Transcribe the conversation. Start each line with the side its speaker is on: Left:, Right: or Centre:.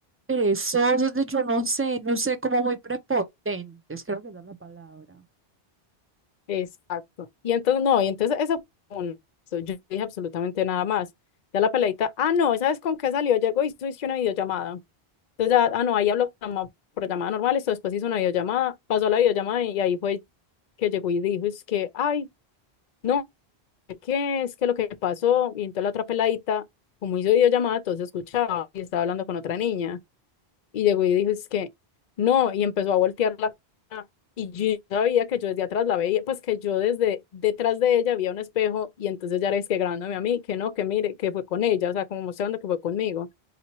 Right: perezosos, de yo no sé, no sé, como muy prepotentes, creo que esa es la palabra.
Left: Exacto. Y entonces, no, y entonces eso fue un- eso, Yo no dije absolutamente nada más. Ya la peladita, ah, no, ¿sabes con qué salió? Llegó y hizo hizo una videollamada. Entonces, ya, ah, no, ahí habló por llamada por llamada normal, esto después hizo una videollamada, pasó la videollamada y, ahí fue que llegó y dijo, es que, ay, no, es que es que lo que pasó, y entonces la otra peladita, como hizo videollamada, entonces escuchaba y estaba hablando con otra niña. Y llegó y dijo, es que no, y empezó a voltear la cara. Y yo no sabía que yo desde atrás la veía, pues que yo desde detrás de ella había un espejo y entonces ya era es que grabándome a mí, que no, que mire, que fue con ella, o sea, como mostrando que fue conmigo,